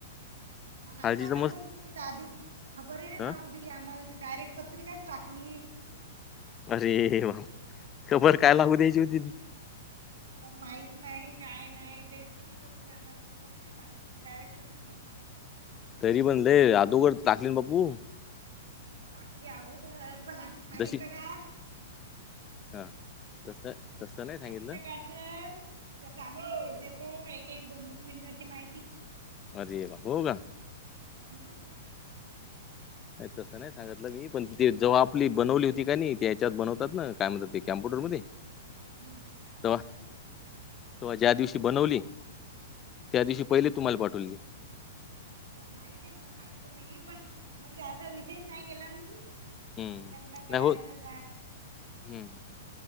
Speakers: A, on the right; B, on the left.
A: आणि
B: हळदीच
A: अचानक
B: मस्त
A: तुम्ही तर आधी खबरही नाही
B: ह
A: लागू दिली आम्हाला डायरेक्ट पत्रिकाच टाकली..
B: अरे बाप! खबर काय लागू द्यायची होती
A: माहीत नाही काय नाही तेच तर म्हणलं तुम्ही आम्हाला खूपच खबर नाही लागू दिली डायरेक्ट पत्रिकाच टाकून दिली
B: तरी म्हणलं अगोदर टाकलेन बाप्पू..
A: टाकली अगोदर पण असं सांगितलं
B: जशी
A: का?
B: हा तसं तसं नाय सांगितलं.
A: <unintelligible> का असं जसं आम्ही देतो एक एक दोन दोन मिनटाची माहिती
B: आज येल हो का.
A: म.
B: नाय तसं नाय सा <unintelligible> मी पण ती जेव्हा आपली बनवली होती की नाई त्या हयाच्यात बनवतात ना काय म्हणतात ते कॉम्प्युटर मध्ये.
A: हम्म.
B: तवा तवा ज्या
A: हो
B: दिवशी
A: सांग
B: बनवली त्या दिवशी पहिले तुम्हाला पाठवली.
A: हो माहितीय मग पाठवली पण म्हणजे असं विशेष नाय केला ना तुम्ही?
B: हम्म
A: लग्न करायचं
B: नाय हो
A: काय
B: हम्म.